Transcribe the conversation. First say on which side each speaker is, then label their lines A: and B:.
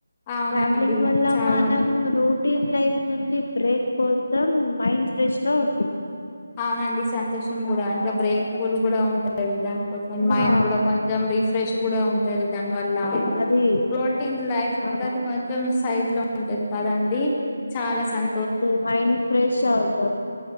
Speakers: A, on the left (about 20°); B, on the left (about 55°).
A: అవునండి
B: ట్రావెలింగ్ వల్ల
A: చాలా
B: మనం
A: ఉంది
B: రూట్ టీమ్ లైఫ్ నుడి బ్రేక్ పోతాం మైండ్ ఫ్రెష్ గా ఉంటుంది.
A: అవునండి సంతోషం కూడా ఇంకా బ్రేక్ ఫుల్ కూడా ఉంటుంది దానికోసం
B: ఆ
A: మైండ్ కూడా కొ కొంచెం రిఫ్రెష్ కూడా ఉంటుంది దానివల్ల
B: అది
A: ప్రోటీన్ లైఫ్కి కొంచం
B: ఆ
A: మొత్తం స సైడ్ లో ఉంటది కద అండి చాలా సం
B: అదే మైండ్ ఫ్రెష్ అర్దమ్